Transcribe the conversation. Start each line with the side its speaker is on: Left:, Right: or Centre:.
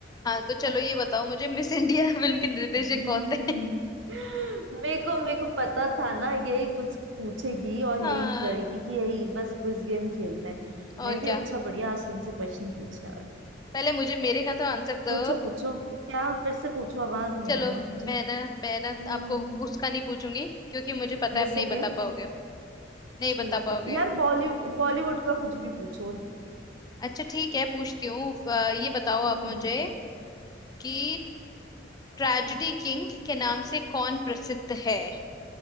Left: हाँ तो चलो ये बताओ मुझे मिस इंडिया <laughs> फिल्म के निर्देशक
Right: <laughs> मेरे
Left: कौन थे
Right: को मेरे को पता था ना यही कुछ पूछेगी और
Left: <laughs>
Right: यही
Left: हाँ
Right: करेगी कि यही बस क्विज गेम खेलते हैं
Left: और
Right: मैं भी
Left: क्या
Right: अच्छा बढ़िया आज तुमसे क्वेश्चन पूछने वाली हूँ
Left: पहले मुझे मेरे का तो आंसर दो
Right: पूछो पूछो क्या फिर से पूछो आवाज नहीं
Left: चलो
Right: आई यार मुझे
Left: मैं ना मैं
Right: हम्म
Left: ना आपको उसका नहीं पूछूंगी क्योंकि मुझे पता है
Right: Miss
Left: आप नहीं
Right: India
Left: बता पाओगे नहीं
Right: ठीक
Left: बता
Right: है
Left: पाओगे
Right: यार बॉलीवुड बॉलीवुड का कुछ भी पूछो
Left: अच्छा ठीक है पूछती हूँ अ, ये बताओ
Right: हम्म
Left: आप मुझे कि ट्रेजेडी किंग के नाम से कौन प्रसिद्ध है